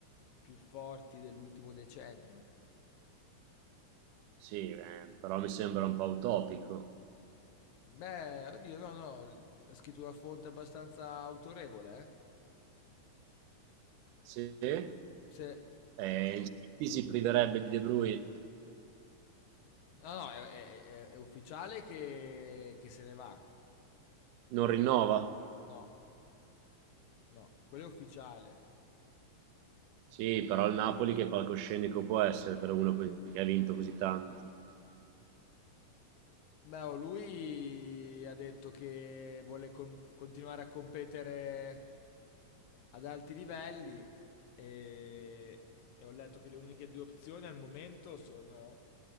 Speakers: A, on the left; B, on the right.
A: più forti dell'ultimo decennio.
B: Sì, eh, però mi sembra un po' utopico.
A: Beh, oddio, no, no, ha scritto una fonte abbastanza autorevole, eh.
B: Sì,
A: Se...
B: eh, il City si priverebbe di De Bruyne,
A: No, no, è, è- è- è ufficiale che, che se ne va.
B: non rinnova?
A: No, no, quello è ufficiale.
B: Sì, però il Napoli che palcoscenico può essere per uno que- che ha vinto così tanto.
A: Beh, oh, lui ha detto che vuole con- continuare a competere ad alti livelli e, e ho letto che le uniche due opzioni al momento sono